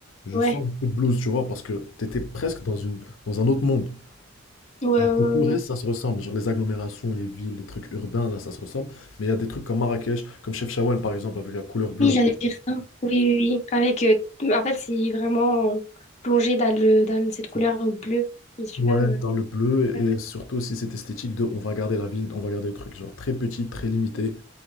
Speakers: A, on the left; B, on the left.
A: je
B: Ouais.
A: sens beaucoup de blues, tu vois, parce que t'étais presque dans une, dans un autre monde.
B: Ouais. Ouais.
A: Alors
B: ouais,
A: que tout le
B: ouais.
A: reste, ça se ressemble. Genre les agglomérations, les villes, les trucs urbains, là, ça se ressemble. Mais il y a des trucs comme Marrakech, comme Chefchaouen, par exemple, avec la couleur bleue.
B: Oui, j'allais dire ça. Oui, oui, oui. Avec, euh, en fait, c'est vraiment plongé dans le, dans cette couleur bleue qui est super.
A: Ouais,
B: euh,
A: dans le bleu,
B: super
A: et surtout aussi cette esthétique de on va garder la ville, on va garder le truc, genre très petit, très limité,